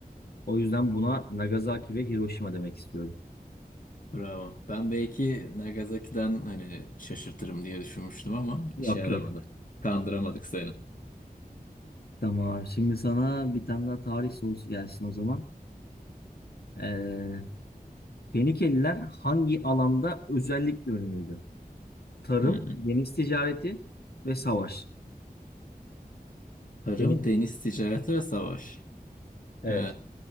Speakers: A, on the left (about 80°); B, on the left (about 55°).
A: O yüzden buna Nagasaki ve Hiroşima demek istiyorum.
B: Bravo. Ben belki Nagasaki'den hani şaşırtırım diye düşünmüştüm ama
A: Yok
B: işe yaramadı.
A: yok.
B: Kandıramadık seni.
A: Tamam. Şimdi sana bir tane daha tarih sorusu gelsin o zaman. Ee, Fenikeliler hangi alanda özellikle ünlüydü? Tarım,
B: Hı hı.
A: deniz ticareti ve savaş.
B: Tarım,
A: Fenik.
B: deniz ticareti ve savaş.
A: Evet.
B: Ee,